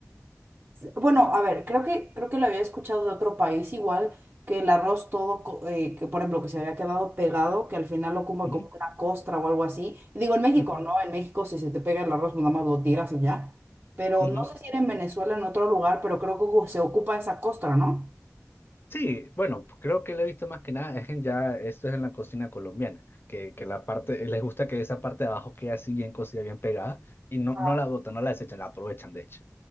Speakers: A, on the right (about 45°); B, on the left (about 45°).
A: Bueno, a ver, creo que, creo que lo había escuchado de otro país igual, que el arroz todo, co- eh, que por ejemplo, que se había quedado pegado, que al final lo como
B: Ujú,
A: como una costra o algo así. Digo, en México,
B: ujú,
A: ¿no? En México si se te pega el arroz, pues nada más lo tiras y ya. Pero
B: ujú.
A: no sé si era en Venezuela, en otro lugar, pero creo que se ocupa esa costra, ¿no?
B: Sí, bueno, creo que le he visto más que nada, es en ya, esto es en la cocina colombiana, que, que la parte, les gusta que esa parte de abajo quede así bien cocida, bien pegada, y no,
A: Ah,
B: no la botan, no la desechan, la aprovechan de hecho.